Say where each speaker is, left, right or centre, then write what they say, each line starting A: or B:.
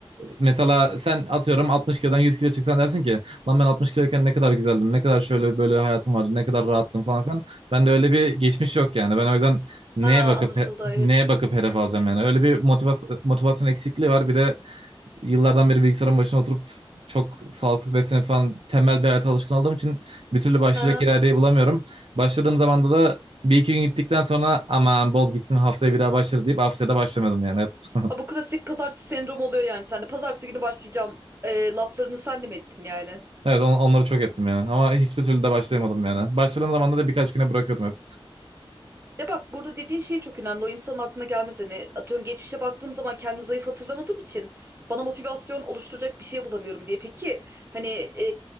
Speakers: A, on the right (about 70°); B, on the right (about 25°).
A: Mesela sen atıyorum 60 kilodan 100 kilo çıksan dersin ki lan ben 60 kiloyken ne kadar güzeldim, ne kadar şöyle böyle hayatım vardı, ne kadar rahattım falan filan. Ben de öyle bir geçmiş yok yani. Ben o yüzden neye
B: Ha
A: bakıp
B: anlaşıldı
A: he-
B: evet.
A: neye bakıp hedef alacağım yani. Öyle bir motivasyon, motivasyon eksikliği var. Bir de yıllardan beri bilgisayarın başına oturup çok sağlıksız beslenip falan tembel bir hayata alışkın olduğum için bir türlü başlayacak
B: Hı hı.
A: iradeyi bulamıyorum. Başladığım zamanda da bir iki gün gittikten sonra aman boz gitsin haftaya bir daha başlarız deyip haftaya da başlamadım yani. hep.
B: Ha
A: <laughs>
B: bu klasik pazartesi sendromu oluyor yani sende. Pazartesi günü başlayacağım e, laflarını sen de mi ettin yani?
A: Evet on- onları çok ettim yani. Ama hiçbir türlü de başlayamadım yani. Başladığım zaman da birkaç güne bırakıyordum hep.
B: De bak burada dediğin şey çok önemli. O insanın aklına gelmez. Hani atıyorum geçmişe baktığım zaman kendimi zayıf hatırlamadığım için bana motivasyon oluşturacak bir şey bulamıyorum diye. Peki hani e,